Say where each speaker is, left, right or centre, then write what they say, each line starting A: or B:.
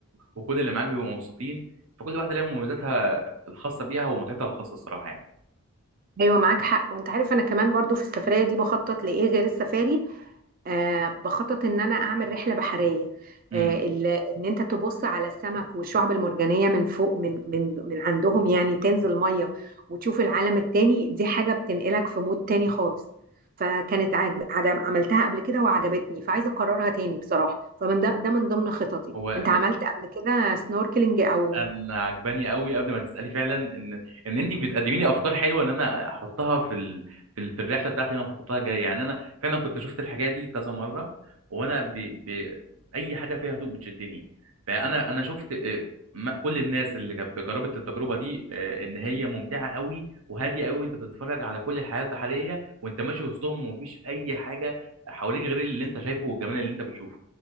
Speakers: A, on the right (about 75°); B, on the right (about 40°).
A: وكل اللي معاك بيبقوا مبسوطين فكل واحده ليها مميزاتها الخاصه بيها ومتعتها الخاصه الصراحه يعني
B: ايوه معاك حق وانت عارف انا كمان برضو في السفرية دي بخطط لايه غير السفاري آه بخطط ان انا اعمل رحلة بحرية
A: امم
B: آه ال... ان انت تبص على السمك والشعب المرجانية من فوق من من من عندهم يعني تنزل مية وتشوف العالم التاني دي حاجة بتنقلك في مود تاني خالص فكانت عجب... عجب... عملتها قبل كده وعجبتني فعايزة اكررها تاني بصراحة فمن ده ده من ضمن خططي
A: هو
B: انت
A: م-
B: عملت قبل كده سنوركلينج او
A: انا عجباني قوي قبل ما تسالي فعلا ان ان انت بتقدمي لي افكار حلوه ان انا احطها في ال... في ال- في الرحله بتاعتي اللي انا مخطط لها جايه يعني انا فعلا كنت شفت الحاجه دي كذا مره وانا ب... ب... اي حاجه فيها هدوء بتشدني فانا انا شفت آه، م- كل الناس اللي كانت جربت التجربه دي آه، ان هي ممتعه قوي وهاديه قوي وانت بتتفرج على كل الحياه البحريه وانت ماشي وسطهم ومفيش اي حاجه حواليك غير اللي انت شايفه والجمال اللي انت بتشوفه